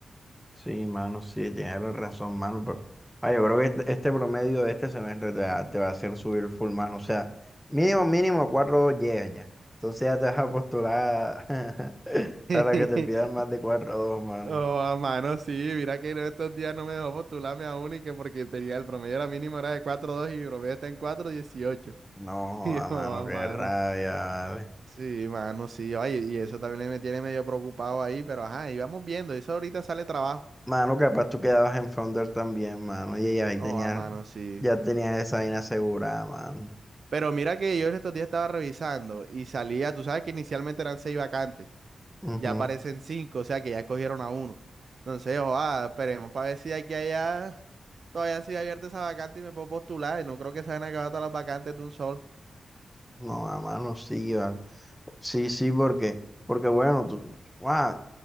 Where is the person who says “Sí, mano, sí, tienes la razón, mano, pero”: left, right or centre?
Centre